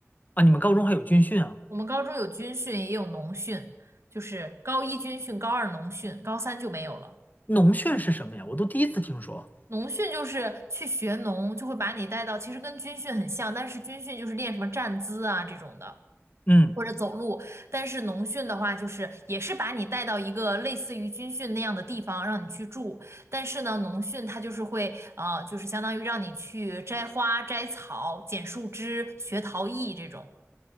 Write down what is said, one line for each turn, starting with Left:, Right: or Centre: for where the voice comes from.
Left: 啊，你们高中还有军训啊？
Right: 我们高中有军训，也有农训，就是高一军训，高二农训，高三就没有了。
Left: 农训是什么呀？我都第一次听说。
Right: 农训就是去学农，就会把你带到，其实跟军训很像，但是军训就是练什么站姿啊这种的，
Left: 嗯，
Right: 或者走路。但是农训的话，就是也是把你带到一个类似于军训那样的地方，让你去住。但是呢，农训它就是会，呃，就是相当于让你去摘花、摘草、剪树枝、学陶艺这种。